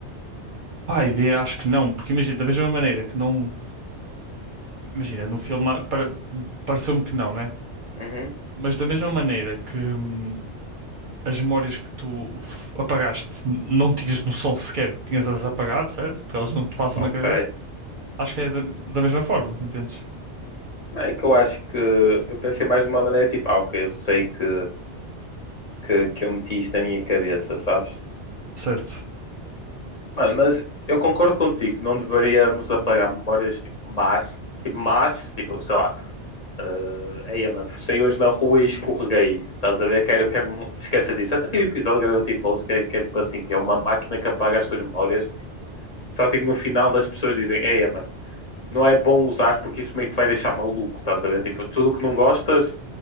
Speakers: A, on the right (about 55°); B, on the left (about 40°).
A: Pá, a ideia acho que não. Porque, imagina, da mesma maneira que não... Imagina, no filme ah, para- pareceu-me que não, né?
B: Uhum,
A: Mas da mesma maneira que... hum, as memórias que tu f- apagaste, n- não tinhas noção sequer que tinhas-as apagado, certo? Porque elas não te passam
B: ok.
A: na cabeça. Acho que é da, da mesma forma, entendes?
B: É que eu acho que eu pensei mais de uma maneira tipo, ah, ok, eu sei que, que, que eu meti isto na minha cabeça, sabes?
A: Certo.
B: Mano, mas eu concordo contigo, não deveríamos apagar memórias tipo más, tipo más, tipo, sei lá, eh, ei, mano, saí hoje na rua e escorreguei, estás a ver? Quero, quero esquecer disso. Até teve um episódio de Gravity Falls que é, que é tipo assim, que é uma máquina que apaga as suas memórias, só tipo no final as pessoas dizem, ei, mano. não é bom usar porque isso meio que te vai deixar maluco, estás a ver? Tipo, tudo que não gostas,